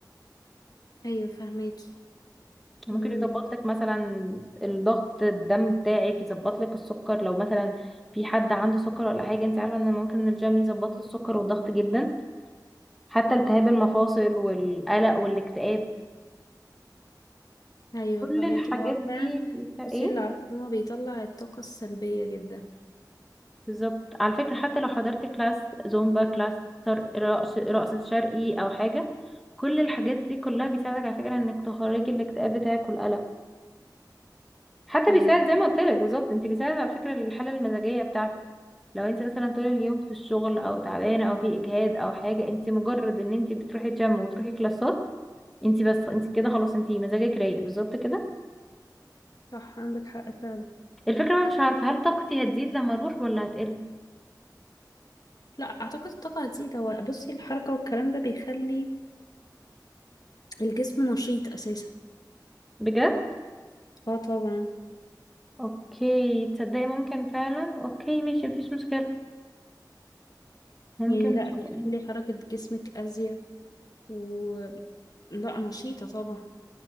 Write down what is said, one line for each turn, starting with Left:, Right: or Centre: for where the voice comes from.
Left: ايوه فهماكي
Centre: ممكن
Left: امم
Centre: يظبط لك مثلا الضغط الدم بتاعك يظبط لك السكر لو مثلا في حد عنده سكر ولا حاجه انت عارفه ان ممكن الجيم يظبط له السكر والضغط جدا حتى التهاب المفاصل والقلق والاكتئاب
Left: ايوه
Centre: كل
Left: فهماكي
Centre: الحاجات
Left: هو
Centre: دي
Left: فعلا
Centre: بيسا-
Left: بصي
Centre: ايه
Left: اللي اعرفه ان هو بيطلع الطاقه السلبيه جدا
Centre: بالظبط على فكره حتى لو حضرت كلاس زومبا كلاس سر- رقص رقص شرقي او حاجه كل الحاجات دي كلها بيساعدك على فكره انك تخرجي الاكتئاب بتاعك والقلق حتى
Left: ايوه
Centre: بيساعد زي ما قلت لك بالظبط انت بيساعد على فكره الحاله المزاجيه بتاعتك لو انت مثلا طول اليوم في الشغل او تعبانه او في اجهاد او حاجه انت مجرد ان انت بتروحي جيم وتروحي كلاسات انت بس انت كده خلاص انت مزاجك رايق بالظبط كده
Left: صح عندك حق فعلا
Centre: الفكره بقى مش عارفه هل طاقتي هتزيد لما اروح ولا هتقل
Left: لا اعتقد الطاقه هتزيد هو بصي الحركه والكلام ده بيخلي الجسم نشيط اساسا
Centre: بجد
Left: اه طبعا
Centre: اوكي تصدقي ممكن فعلا اوكي ماشي مفيش مشكله ممكن
Left: يعني
Centre: إن
Left: لا
Centre: شاء
Left: بيخلي
Centre: الله.
Left: حركه جسمك ازيد و لا نشيطه طبعا